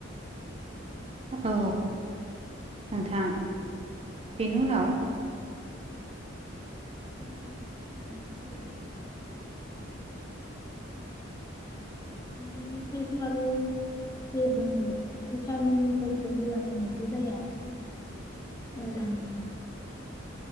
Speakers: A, on the right (about 30°); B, on the left (about 15°).
A: औ नोंथां बेनि उनाव
B: <unintelligible> रुनानै होयो आरो इनिफ्रायथ आरो जेबो भिटामिनफोरबो होलाबायनायबो जाया मोजां मोजां